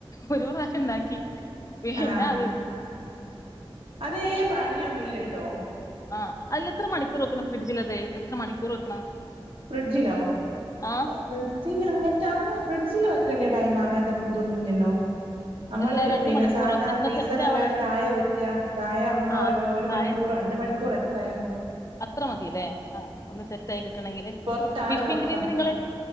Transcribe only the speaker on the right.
ആഹ്
അതേ പണിയൊന്നുംല്ലട്ടോ
ഫ്രിഡ്ജിലോ
ഫ്രിഡ്ജിൽ അങ്ങനത്തെ അങ്ങ് ഫ്രിഡ്ജി ല് വെക്കണ്ട്യ ടൈം അങ്ങനത്തെ ഇതൊന്നും ഇല്ലല്ലോ നമ്മള്
പിന്നെ
സാധാ
ഫ്രീസർ
അല്ലാണ്ട്
താഴെ വെക്കുക താഴ ഒന്നോ
ഒരു
മണിക്കൂറൊ രണ്ട് മണിക്കൂർ എ ത്രയാലും
പൊറത്ത ആള്
പൊറത്താ